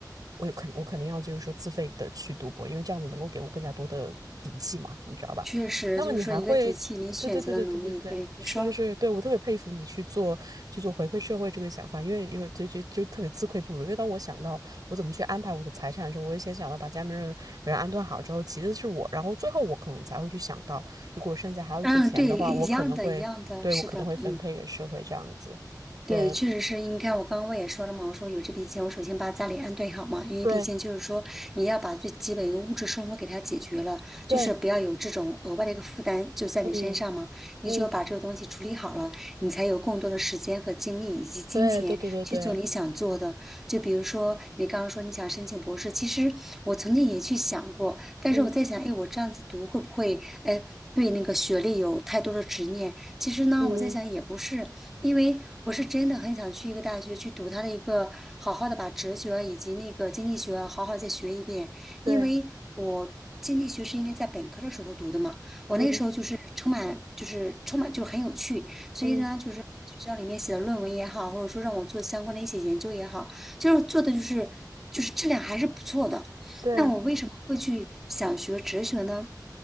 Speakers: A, on the right; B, in the centre.
A: 我有肯我肯定要就是说自费的去读博，因为这样子能够给我更加多的底气嘛，你知道吧？
B: 确实就是说一个底气，
A: 那么你还会，
B: 你选择的能力。
A: 对对对对对对对，
B: 对，你说，
A: 是是是，对我特别佩服你去做去做回馈社会这个想法，因为因为就就就特别自愧不如。因为当我想到我怎么去安排我的财产的时候，我也先想到把家里面人人安顿好之后，其次是我，然后最后我可能才会去想到，如果剩下还有一些钱的话，
B: 嗯，对，一样的，
A: 我可能会，
B: 一样的，
A: 对，
B: 是的，
A: 我可能会分配给社会这样子。
B: 嗯。
A: 对
B: 对，确实是因为你看，我刚刚我也说了嘛，我说有这笔钱，我首先把家里安顿好嘛，因为毕竟就是说，
A: 对
B: 你要把最基本一个物质生活给它解决了，
A: 对，
B: 就是不要有这种额外的一个负担就在你身上嘛。
A: 嗯
B: 你只有把这个东西处理好了，
A: 嗯，
B: 你才有更多的时间和精力以及金钱去做你想做的。
A: 对对对对对，
B: 就比如说你刚刚说你想申请博士，其实我曾经也去想过，但是我在想，
A: 嗯
B: 哎，我这样子读会不会，哎，对那个学历有太多的执念？其实呢，
A: 嗯
B: 我在想也不是。因为我是真的很想去一个大学去读它的一个，好好的把哲学啊以及那个经济学啊好好再学一遍。
A: 对，
B: 因为我经济学是因为在本科的时候读的嘛，我那时候就是充满就是充满就很有趣，
A: 嗯
B: 所以呢就是在学校里面写的论文也好，
A: 嗯
B: 或者说让我做相关的一些研究也好，就是做的就是就是质量还是不错的。
A: 对
B: 那我为什么会去想学哲学呢？